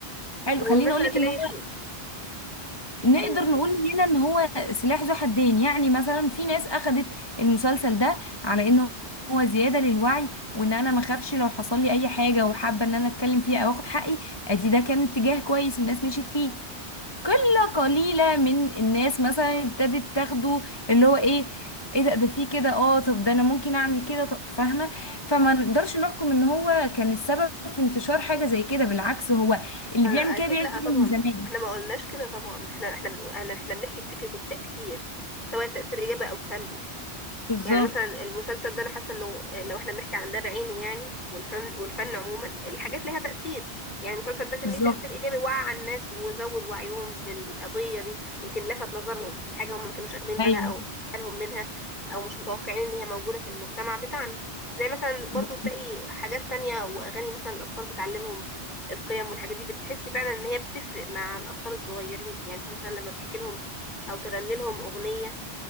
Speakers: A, on the left (about 25°); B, on the left (about 45°).
A: حلو
B: ومثلا
A: خليني اقول لك
B: تلاقي
A: ان هو
B: شو
A: نقدر
B: ايوه اتكلم
A: نقول هنا ان هو سلاح ذو حدين يعني مثلا في ناس اخدت المسلسل ده على انه هو زيادة للوعي وان انا ما اخافش لو حصل لي اي حاجة وحابة ان انا اتكلم فيها او اخد حقي ادي ده كان اتجاه كويس الناس مشيت فيه قلة قليلة من الناس مثلا ابتدت تاخده اللي هو ايه ايه ده ده فيه كده اه طب ده انا ممكن اعمل كده طب فاهمة فما نقدرش نحكم ان هو كان السبب في انتشار حاجة زي كده بالعكس هو اللي
B: أنا
A: بيعمل كده
B: اكيد
A: بيعمل
B: لا
A: كده
B: طبعا
A: من زمان
B: احنا ما قلناش كده طبعا احنا احنا بنقول انا احنا بنحكي في فكره التاثير سواء تاثير ايجابي او سلبي
A: بالظبط
B: يعني مثلا المسلسل ده انا حاسه انه لو احنا بنحكي عن ده بعينه يعني والفن والفن عموما الحاجات ليها تاثير يعني المسلسل ده كان
A: بالظبط
B: ليه تاثير ايجابي وعى الناس وزود وعيهم بالقضيه دي يمكن لفت نظرهم حاجه هم ما كانوش واخدين
A: ايوه
B: بالها او بالهم منها او مش متوقعين ان هي موجوده في المجتمع بتاعنا زي مثلا برضو
A: بت-
B: تلاقي حاجات تانية واغاني مثلا الاطفال بتعلمهم القيم والحاجات دي بتحس فعلا ان هي بتفرق مع الاطفال الصغيرين يعني انت مثلا لما تحكي لهم او تغني لهم اغنيه